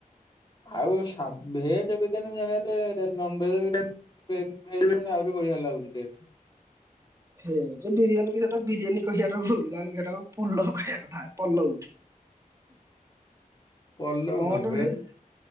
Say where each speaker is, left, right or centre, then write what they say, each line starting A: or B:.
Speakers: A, on the left (about 30°); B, on the right (about 20°).
A: ଆଉ ସା <unintelligible> ଚିକେନ ଜାଗାରେ ନନ୍ ଭେଜ ବିରିଆନୀ ଭେଜ ବି ଆହୁରି ବଢିଆ ଲାଗୁଚି ଟେଷ୍ଟ।
B: ଭେଜ୍ ବିରିୟାନୀ କୁ ସେଟା ବିରିୟାନୀ କହିବାଟା ଭୁଲ ଜାଣିଲୁ କି ସେଇଟାକୁ ପଲଉ କହିବା କଥା ପଲଉ।
A: ପଲଉ
B: କଣ
A: ନା
B: ଗୋଟେ
A: ଭେ
B: ହେଇଥିରେ